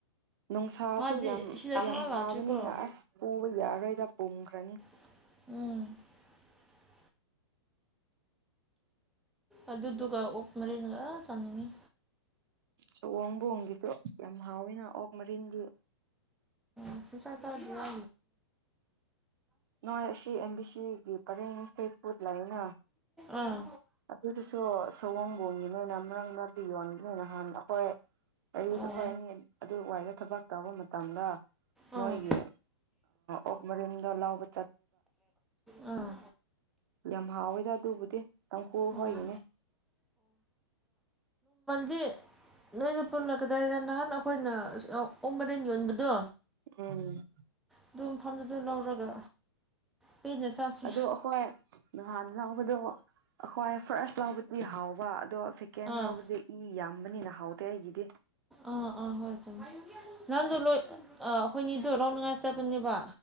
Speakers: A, on the right; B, in the centre.
A: ꯅꯨꯡꯁꯥꯁꯨ
B: ꯃꯥꯗꯤ
A: ꯌꯥꯝ
B: ꯁꯤꯗ ꯁꯨꯡꯂꯥꯛ
A: ꯌꯥꯝ ꯁꯥꯕꯅꯤꯅ
B: ꯂꯥꯛꯇ꯭ꯔꯤꯀꯣ
A: ꯑꯁ ꯄꯨꯕ ꯌꯥꯔꯣꯏꯗ ꯄꯨꯝꯈ꯭ꯔꯅꯤ
B: <inaudible> ꯑꯗꯨꯗꯨꯒ ꯑꯣꯛ ꯃꯔꯤꯒ ꯆꯥꯅꯤꯡꯉꯤ
A: ꯁꯑꯣꯝꯕꯣꯡꯒꯤꯗꯣ ꯌꯥꯝ ꯍꯥꯎꯋꯦꯅ ꯑꯣꯛ ꯃꯔꯤꯟꯒꯤ
B: ꯎ ꯄꯩꯁꯥ ꯆꯥꯗꯖ
A: ꯅꯣꯏ ꯑꯁꯤ ꯑꯦꯝ ꯕꯤ ꯁꯤꯒꯤ ꯄꯔꯦꯡ ꯏꯁꯇ꯭ꯔꯤꯠ ꯐꯨꯗ ꯂꯩꯥꯛꯅ
B: ꯑꯥ
A: ꯑꯗꯨꯗꯨꯁꯨ ꯁꯑꯣꯡꯕꯣꯡꯉꯅꯦ ꯅ ꯃꯪꯗꯗꯤ ꯌꯣꯟꯅꯤꯅ ꯅꯍꯥꯟ ꯑꯩꯈꯣꯏ ꯑꯌꯨꯁꯨ
B: ꯑꯣ
A: ꯑꯩꯈꯣꯏ ꯑꯅꯤ ꯑꯗꯨ ꯋꯥꯏꯗ ꯊꯕꯛ ꯇꯧꯕ ꯃꯇꯝꯗ
B: ꯑꯥ
A: ꯃꯣꯏꯒꯤ ꯑꯣꯛ ꯃꯔꯤꯟꯗ ꯂꯥꯎꯕ
B: ꯎꯝ
A: ꯌꯥꯝ ꯍꯥꯎꯋꯦꯗ ꯑꯗꯨꯕꯨꯗꯤ ꯇꯥꯡꯈꯨ
B: ꯑꯥ
A: ꯍꯣꯏꯒꯤꯅꯦ
B: ꯑꯗꯨꯗꯤ ꯅꯣꯏꯗ ꯄꯨꯜꯂꯛꯀꯗꯥꯏꯔ ꯅꯍꯥꯟ ꯑꯩꯈꯣꯏꯅ ꯑꯣꯛ ꯃꯔꯦꯟ ꯌꯣꯟꯕꯗꯣ
A: ꯎꯝ
B: ꯑꯗꯨ ꯃꯐꯝꯗꯨꯗ ꯂꯧꯔꯒ ꯄꯦꯟꯅ ꯆꯥꯁꯤ
A: ꯑꯗꯣ ꯑꯩꯈꯣꯏ ꯅꯍꯥꯟ ꯂꯥꯎꯕꯗꯣ ꯑꯩꯈꯣꯏ ꯐꯥꯔꯁ ꯂꯥꯎꯕꯗꯤ ꯍꯥꯎꯕ ꯑꯗꯣ ꯁꯦꯀꯦꯟ
B: ꯑꯥ
A: ꯂꯥꯎꯕꯗꯤ ꯏ ꯌꯥꯝꯕꯅꯤꯅ ꯍꯥꯎꯗꯦ ꯑꯩꯒꯤꯗꯤ
B: ꯑꯥ ꯑꯥ ꯍꯣꯏ ꯆꯝꯃꯦ ꯅꯪꯗꯣ ꯂꯣꯏ ꯑꯩꯈꯣꯏꯅꯤꯗꯣ ꯂꯧꯅꯉꯥꯏ ꯆꯠꯄꯅꯦꯕ